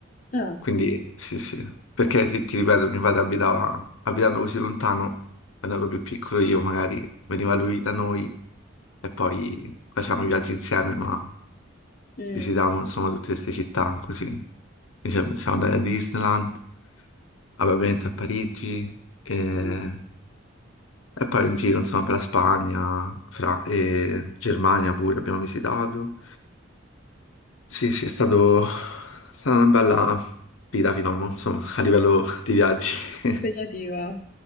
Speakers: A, on the left; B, on the left.
A: Ah.
B: Quindi sì, sì, perché ti, ti ripeto, mio padre abitava, abitando così lontano, quando ero più piccolo io magari veniva lui da noi e poi facevamo i viaggi insieme, ma
A: Mh.
B: visitavamo insomma tutte queste città così. Dicevo, siamo andati a Disneyland, vabbè, ovviamente a Parigi e,
A: Mh.
B: e poi in giro insomma per la Spagna Fra- e Germania pure abbiamo visitato. Sì, sì, è stato, è stata una bella vita fino a, mo, insomma, a
A: Mh.
B: livello di viaggi. <laughs>
A: Impegnativa.